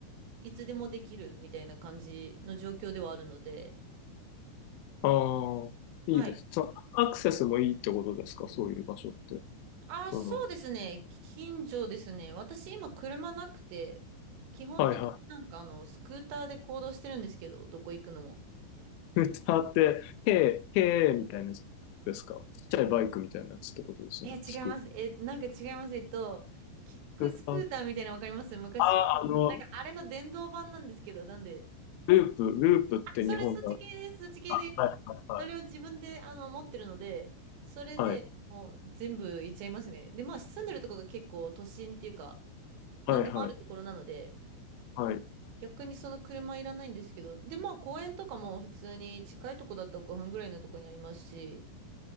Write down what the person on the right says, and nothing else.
いつでもできるみたいな感じの状況ではあるので、
はい。
あ、
そうですね。近所ですね。私今車なくて、基本的になんかあの、
スクーターで行動してるんですけど、どこ行くのも。
え、違います。
え、なんか違います。えっと、キックスクーターみたいなのわかります昔。
なんかあれの電動版なんですけど、なんで。
あ、それ、そっち系です。そっち系です。
それを自分であの、持ってるので、それでもう全部行っちゃいますね。
で、まあ住んでるとこが結構都心っていうか、
なんでもあるところなので、
逆にその車いらないんですけど、で、まあ公園とかも普通に近いとこだったら5分ぐらいのとこにありますし、